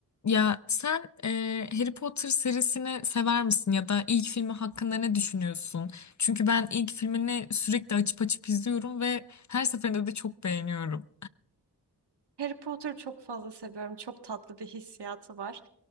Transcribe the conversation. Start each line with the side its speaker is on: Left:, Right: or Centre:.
Left: Ya sen e, Harry Potter serisini sever misin ya da ilk filmi hakkında ne düşünüyorsun? Çünkü ben ilk filmini sürekli açıp açıp izliyorum ve her seferinde de çok beğeniyorum.
Right: Harry Potter'ı çok fazla seviyorum. Çok tatlı bir hissiyatı var.